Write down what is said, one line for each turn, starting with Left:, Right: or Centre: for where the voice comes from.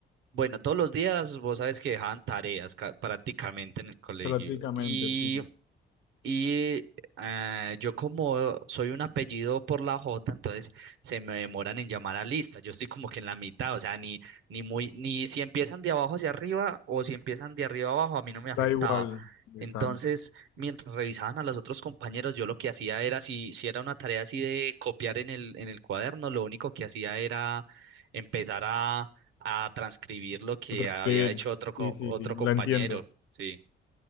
Right: Bueno, todos los días vos sabes que dejaban tareas ca- prácticamente en el colegio.
Left: Prácticamente,
Right: Y
Left: sí.
Right: y eh, yo como soy un apellido por la J, entonces se me demoran en llamar a lista. Yo estoy como que en la mitad, o sea, ni, ni muy, ni si empiezan de abajo hacia arriba o si empiezan de arriba abajo, a mí no me afectaba.
Left: Da igual. Exacto.
Right: Entonces, mientras revisaban a los otros compañeros, yo lo que hacía era, si, si era una tarea así de copiar en el, en el cuaderno, lo único que hacía era empezar a, a transcribir lo que
Left: Transcribir.
Right: había hecho otro, co-
Left: Sí, sí,
Right: otro
Left: sí,
Right: compañero.
Left: la entiendo.
Right: Sí,